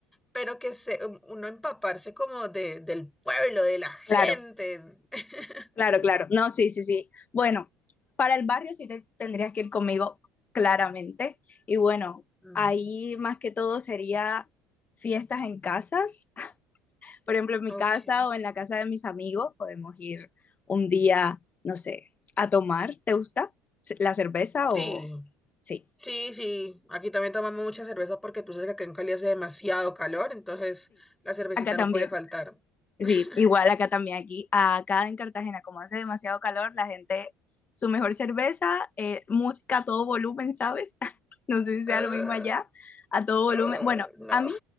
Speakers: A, in the centre; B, on the left.
A: pero que se, um, uno empaparse como de, del pueblo, de la gente.
B: claro.
A: <laughs>
B: Claro, claro. No, sí, sí, sí. Bueno, para el barrio sí te tendrías que ir conmigo, claramente. Y bueno,
A: Ujú.
B: ahí más que todo sería fiestas en casas. Por ejemplo, en mi
A: Ok.
B: casa o en la casa de mis amigos podemos ir un día, no sé, a tomar. ¿Te gusta la cerveza
A: Sí.
B: o...? Sí,
A: Sí, sí, aquí también tomamos mucha cerveza porque tú sabes que acá en Cali hace demasiado calor, entonces la cervecita
B: acá también.
A: no puede faltar.
B: Sí,
A: <laughs>
B: igual acá también, aquí, acá en Cartagena, como hace demasiado calor, la gente, su mejor cerveza, eh, música a todo volumen, ¿sabes? <laughs> No sé si
A: Ah,
B: sea lo mismo allá, a todo volumen.
A: ah,
B: Bueno,
A: no.
B: a mí